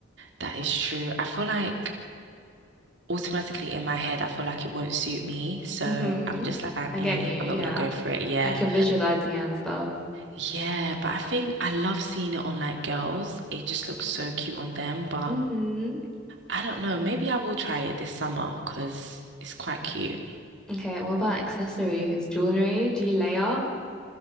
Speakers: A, on the right; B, in the centre.
A: That is true. I feel like. automatically in my head, I feel like it won't suit me. So
B: hmm
A: I'm just like,
B: I
A: mm,
B: get you,
A: I'm not
B: yeah.
A: gonna go for it. Yeah.
B: Like you're visualizing it and stuff.
A: Yeah. But I think I love seeing it on like girls. It just looks so cute on them. But
B: hmm
A: I don't know. Maybe I will try it this summer because it's quite cute.
B: Okay, what about accessories, jewelry? Do you layer?